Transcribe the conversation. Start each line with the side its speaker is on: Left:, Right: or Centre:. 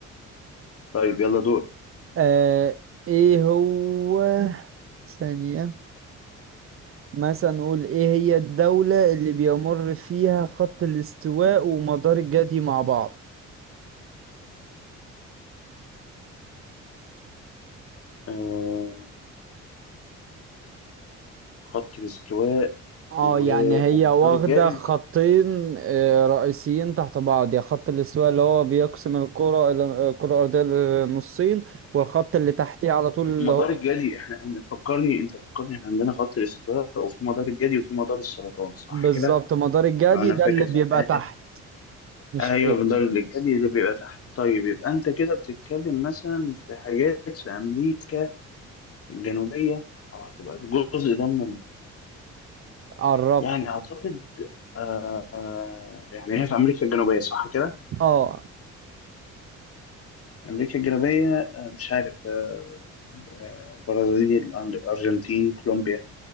Left: طيب يلا دور
Right: آه ايه هو ثانية مثلا نقول ايه هي الدولة اللي بيمر فيها خط الاستواء ومدار الجدي مع بعض
Left: آه خط الاستواء
Right: اه
Left: و-
Right: يعني هي
Left: ومدار
Right: واخدة
Left: الجدي
Right: خطين آه، رئيسيين تحت بعض يا خط الاستواء اللي هو بيقسم الكرة إلى الكرة الأرضية لنصين والخط اللي تحتيه على طول اللي
Left: مدار
Right: هو
Left: الجدي احنا عند- فكرني انت فكرني احنا عندنا خط الاستواء وفي مدار الجدي وفي مدار السرطان صح
Right: بالظبط
Left: كده؟
Right: مدار الجدي
Left: انا
Right: ده
Left: فاكر
Right: اللي
Left: صح.
Right: بيبقى
Left: آه،
Right: تحت مش
Left: آه، ايوه
Right: فوق
Left: مدار الجدي اللي بيبقى تحت طيب يبقى انت كده بتتكلم مثلا في حاجات في امريكا الجنوبية او هتبقى الجزء ده من
Right: قربت
Left: يعني اعتقد آه آه، يعني هي في امريكا الجنوبيه صح كده
Right: اه
Left: امريكا الجنوبيه آه مش عارف آه آه برازيل أر- ارجنتين كولومبيا